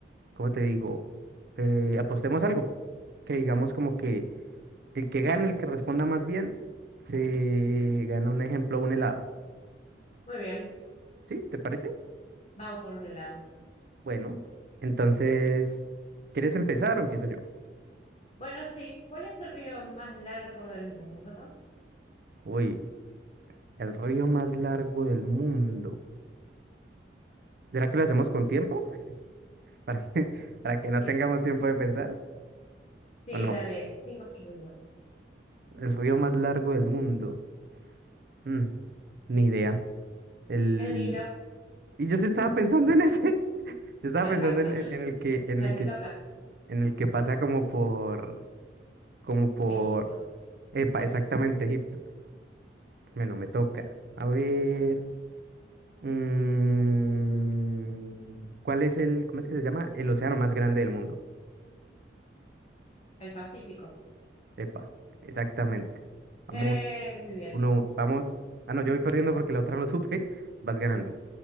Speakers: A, on the right; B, on the left.
A: ¿cómo te digo? Eh, apostemos algo, que digamos como que el que gane, el que responda más bien, se gana un ejemplo, un helado.
B: muy bien.
A: ¿Sí? ¿Te parece?
B: Vamos por un helado.
A: Bueno, entonces, ¿quieres empezar o empiezo yo?
B: Bueno, sí. ¿Cuál es el río más largo del mundo?
A: Uy, el río más largo del mundo. ¿Será que lo hacemos con tiempo? <laughs> ¿Para que, para que no
B: Sí,
A: tengamos tiempo de pensar?
B: sí,
A: ¿O no?
B: dale. Cinco segundos.
A: El río más largo del mundo. Mm, ni idea. El...
B: El Nilo.
A: Y yo sí estaba pensando en ese. <laughs> Yo estaba
B: <laughs>
A: pensando en, en- en el que, en
B: La
A: el
B: te
A: que,
B: toca.
A: en el que pasa como por, como por,
B: Egipto,
A: epa,
B: Egipto.
A: exactamente Egipto. Bueno, me toca. A ver. mm, ¿cuál es el, cómo es que se llama? El océano más grande del mundo.
B: El Pacífico.
A: Epa, exactamente. Vamos,
B: Eh, muy bien.
A: uno, vamos. Ah, no, yo voy perdiendo porque la otra no supe. <laughs> Vas ganando.